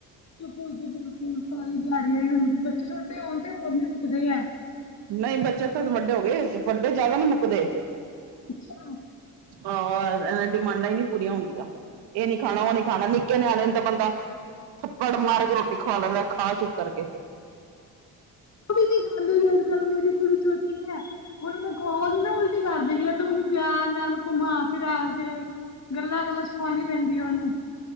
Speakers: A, on the left; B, on the right.
A: ਬਿਲਕੁਲ ਜੀ ਬਿਲਕੁਲ <unintelligible> ਸਾਰੀ ਦਿਹਾੜੀ ਬੱਚੇ ਛੋਟੇ ਹੋਣ ਤੇ ਹੋਰ ਵੀ ਮੁੱਕਦੇ ਆ
B: ਨਹੀਂ ਬੱਚੇ ਵੱਡੇ ਹੋ ਗਏ ਵੱਡੇ ਜ਼ਿਆਦਾ ਨੀ ਮੁੱਕਦੇ
A: ਅੱਛਾ
B: ਆ ਏ ਡਿਮਾਂਡਾਂ ਨੀ ਪੂਰੀਆਂ ਹੁੰਦੀਆਂ ਇ ਨੀ ਖਾਣਾ ਉ ਨੀ ਖਾਣਾ ਨਿੱਕੇ ਨਿਆਣੇ ਤਾ ਬੰਦਾ ਥੱਪੜ ਮਾਰ ਰੋਟੀ ਖੁਆ ਲੈਂਦਾ ਖਾ ਚੁੱਕ ਕਰਕੇ <unintelligible>
A: ਵੀ ਨੀ <unintelligible> ਅੱਜ ਕੱਲ ਮੇਰੀ ਕੁੜੀ ਛੋਟੀ ਐ ਉਹਨੂੰ ਮੈਂ ਖੁਵਾਵਾ ਗਈ ਨਾ ਉਲਟੀ ਕਰਦੇਗੀ ਓ ਤੇ ਮੈਂ ਉਹਨੂੰ ਪਿਆਰ ਨਾਲ ਘੁੰਮਾ ਫਿਰਾ ਕੇ। ਗੱਲਾਂ ਗੱਲਾਂ ਚ ਖੁਆਣੀ ਪੈਂਦੀ ਆ ਉਹਨੂੰ